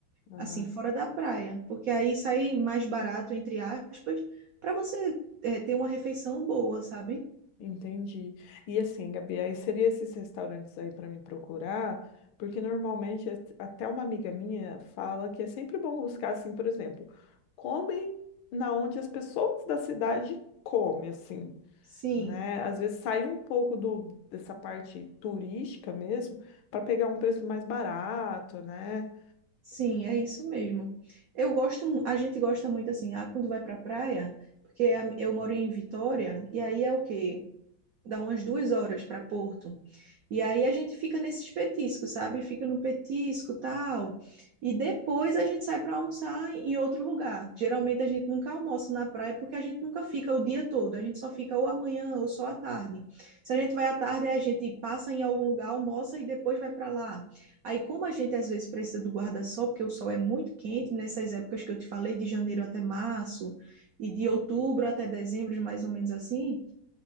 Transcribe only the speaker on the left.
Ah,
entendi. E assim, Gabi, aí seria esses restaurantes aí para me procurar, porque normalmente at- até uma amiga minha fala que é sempre bom buscar assim, por exemplo, comem na onde as pessoas da cidade comem, assim,
né? Às vezes sair um pouco do, dessa parte turística mesmo para pegar um preço mais barato, né?